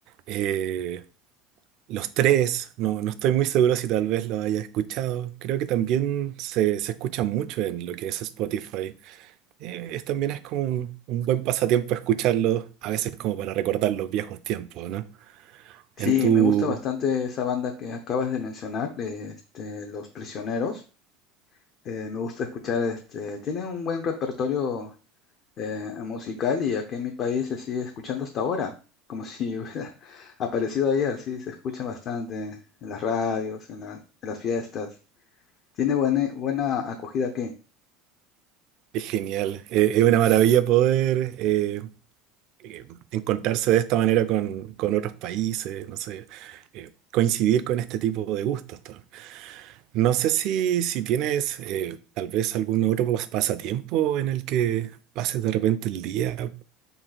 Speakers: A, on the right (about 60°); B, on the left (about 50°).
A: eh, Los tres, no, no estoy muy seguro si tal vez lo haya escuchado. Creo que también se, se escucha mucho en lo que es Spotify. Eh, es, también es como un, un buen pasatiempo escucharlo, a veces como para recordar los viejos tiempos, ¿no?
B: Sí,
A: En tu...
B: me gusta bastante esa banda que acabas de mencionar, de, este, Los Prisioneros. Eh, me gusta escuchar, este, tienen un buen repertorio eh, musical y aquí en mi país se sigue escuchando hasta ahora, como si <laughs> hubiera aparecido ayer, sí, se escucha bastante en las radios, en la- en las fiestas. Tiene buena, buena acogida aquí.
A: Es genial. Eh, es una maravilla poder eh, eh, encontrarse de esta manera con, con otros países, no sé, eh, coincidir con este tipo de gustos ¿no? No sé si, si tienes eh, tal vez algún otro pas- pasatiempo en el que pases de repente el día,